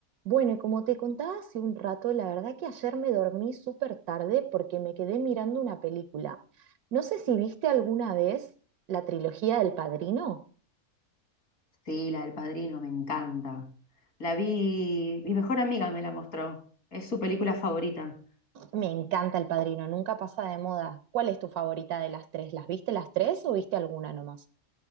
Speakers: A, on the right; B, on the left.
A: Bueno, y como te contaba hace un rato, la verdad que ayer me dormí súper tarde porque me quedé mirando una película. No sé si viste alguna vez la trilogía del Padrino.
B: Sí, la del Padrino, me encanta. La vi, mi mejor amiga me la mostró, es su película favorita.
A: Me encanta el Padrino, nunca pasa de moda. ¿Cuál es tu favorita de las tres? ¿Las viste las tres o viste alguna nomás?